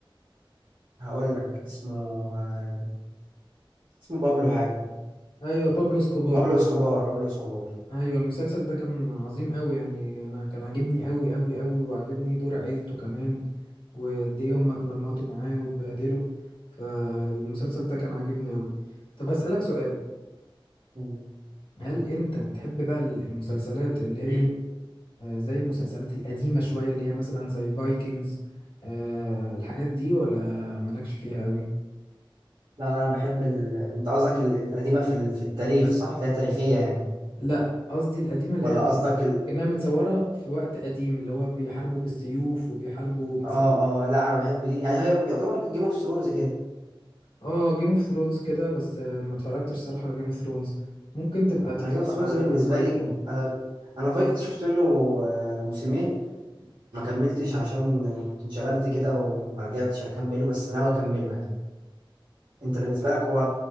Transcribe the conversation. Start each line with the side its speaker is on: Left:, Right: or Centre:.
Right: هقول لك اسمه آه اسمه بابلو حاجة
Left: ايوه بابلو سكوبار
Right: بابلو اسكوبار بابلو اسكوبار
Left: ايوه المسلسل ده كان عظيم قوي يعني انا كان عاجبني قوي قوي قوي وعاجبني دور عيلته كمان وقد ايه هم اتمرمطوا معاه واتبهدلوا فالمسلسل ده كان عاجبني قوي طب هسألك سؤال
Right: مم.
Left: هل انت بتحب بقى ال- المسلسلات اللي هي
Right: <clears throat>
Left: آه، زي المسلسلات القديمة شوية اللي هي مثلا زي فايكنجز الحاجات دي ولا مالكش فيها قوي
Right: لا لا انا بحب ال... انت قصدك ال- القديمة في ال... في التاريخ صح؟ اللي هي تاريخية يعني
Left: لا قصدي القديمة اللي
Right: ولا
Left: هي
Right: قصدك ال...
Left: كأنها متصورة في وقت قديم اللي هو بيحاربوا بالسيوف وبيحاربوا مثلا
Right: اه اه لا انا بحب دي يعني هي يعتبر جيم اوف ثرونز كده
Left: اه جيم اوف ثرونز كده بس آه، ما اتفرجتش الصراحه على جيم اوف ثرونز ممكن تبقى تتفرج
Right: انا جيم اوف ثرونز
Left: على
Right: بالنسبه
Left: فايكنجز
Right: لي ب... انا انا فايكنج شفت منه آه، موسمين ما كملتش عشان آه، كنت انشغلت كده وما رجعتش اكمله بس ناوي اكمله يعني انت بالنسبه لك هو